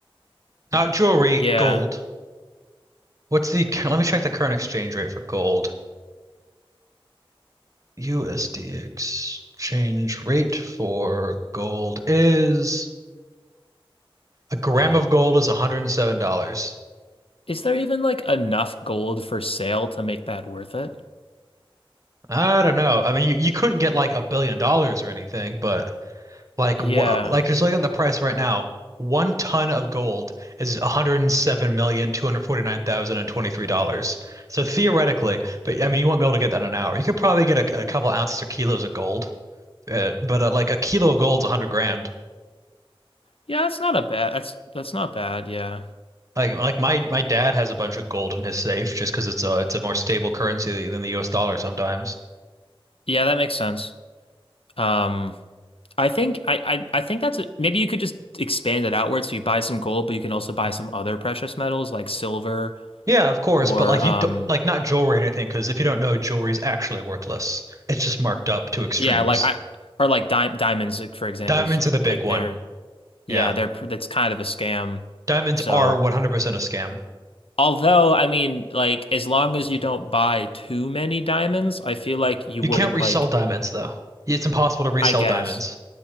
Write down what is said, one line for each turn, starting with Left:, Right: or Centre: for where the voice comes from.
Right: not jewelry,
Left: Yeah,
Right: gold. What's the, cur- let me check the current exchange rate for gold. USD exchange rate for gold is a gram
Left: yeah.
Right: of gold is $107.
Left: Is there even like enough gold for sale to make that worth it?
Right: I don't know. I mean, you, you couldn't get like a billion dollars or anything, but Like
Left: Yeah.
Right: what? Like just looking at the price right now, one ton of gold is one hundred seven million two hundred forty nine thousand and twenty three dollars. So theoretically, but I mean, you won't be able to get that in an hour. You could probably get a, a couple ounces or kilos of gold, uh, but uh, like a kilo of gold's a hundred grand.
Left: Yeah, that's not a bad. That's that's not bad. Yeah,
Right: Like like my my dad has a bunch of gold in his safe just because it's a it's a more stable currency than the U.S. dollar sometimes.
Left: yeah, that makes sense. Um, I think I I, I think that's a, maybe you could just expand it outward so you buy some gold, but you can also buy some other precious metals like silver
Right: Yeah, of course,
Left: or
Right: but like you
Left: um
Right: don't, like not jewelry or anything because if you don't know, jewelry is actually worthless. It's just marked up to extremes.
Left: yeah like I or like di diamonds like, for example
Right: Diamonds
Left: is
Right: are the big
Left: like
Right: one.
Left: they're yeah
Right: Yeah.
Left: they're that's kind of a scam.
Right: Diamonds
Left: So
Right: are 100% a scam.
Left: although I mean like as long as you don't buy too many diamonds, I feel like you
Right: You
Left: wouldn't
Right: can't resell
Left: like
Right: diamonds, though. It's impossible to resell
Left: I guess
Right: diamonds.